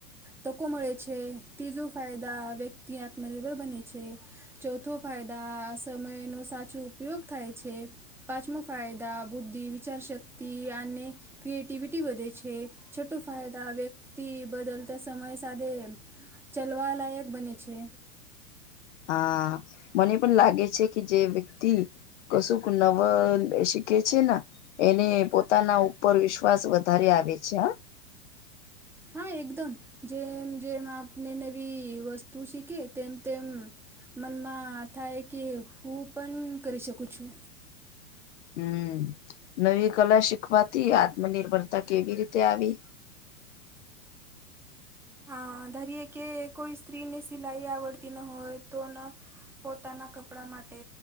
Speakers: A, in the centre; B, on the left.
A: તકો મળે છે, તીજો ફાયદા વ્યક્તિ આત્મનિર્ભર બને છે, ચોથો ફાયદા સમય નો સાચો ઉપયોગ થાય છે. પાંચમો ફાયદા બુદ્ધિ, વિચારશક્તિ, અને ક્રિએટિવિટી વધે છે, છોટો ફાયદા વ્યક્તિ બદલતા સમય સાથેે ચલવા લાયક બને છે.
B: હા મને પણ લાગે છે, કે જે વ્યક્તિ કશું નવ શીખે છે ને એને પોતાના ઉપર વિશ્વાસ વધારે આવે છે, હ.
A: હા એકદમ જેમ જેમ આપણે નવી વસ્તુ શીખે તેમ તેમ મનમાં થાય કે હું પણ કરી શકું છું.
B: હમ નવી કલા શીખવાથી આત્મનિર્ભરતા કેવી રીતે આવી
A: અ ધારીએે કે કોઈ સ્ત્રીને સિલાઈ આવડતી ન હોય તો ન પોતાના કપડા માટે,